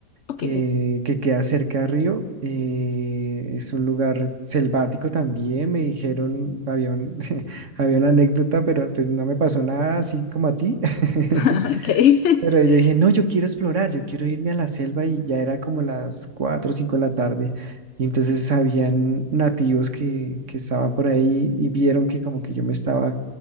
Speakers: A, on the left (about 50°); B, on the right (about 50°).
A: Ok.
B: que, que queda cerca de Río. Eh, es un lugar selvático también, me dijeron, había un- <laughs> había una anécdota, pero pues no me pasó nada así como a ti. <laughs>
A: <laughs> Ok. <laughs>
B: Pero yo dije, no, yo quiero explorar, yo quiero irme a la selva y ya era como las 4 o 5 de la tarde. Y entonces habían nativos que, que estaban por ahí y vieron que como que yo me estaba